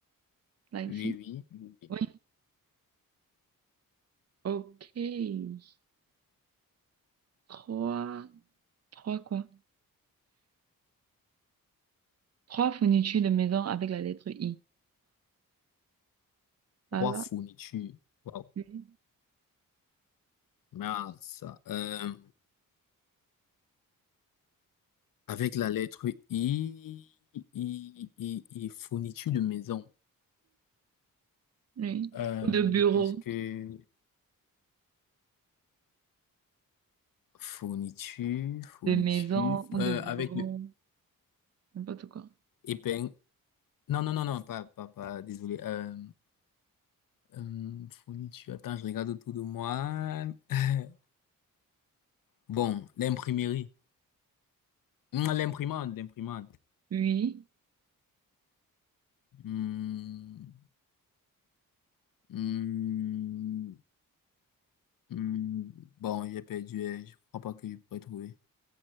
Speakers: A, on the right (about 45°); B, on the left (about 70°).
A: là ici.
B: oui, oui, oui.
A: Oui, ok. Trois, trois quoi? Trois fournitures de maison avec la lettre I. Voilà.
B: Trois fournitures. Wow.
A: Oui.
B: Mais ça, euh, avec la lettre I, I, I, I, fourniture de maison.
A: Oui.
B: Euh,
A: Ou de bureau,
B: qu'est-ce que fourniture, fourniture,
A: de maison ou de
B: euh,
A: bureau,
B: avec le
A: n'importe quoi.
B: épingle. Non, non, non, non, pas, pas, pas, désolé. Euh, euh, fourniture, attends, je regarde autour de moi. <laughs> Bon, l'imprimerie. Hum, L'imprimante, l'imprimante.
A: Oui.
B: Hum, hum, Hmm, bon, j'ai perdu, euh, je crois pas que je pourrais trouver.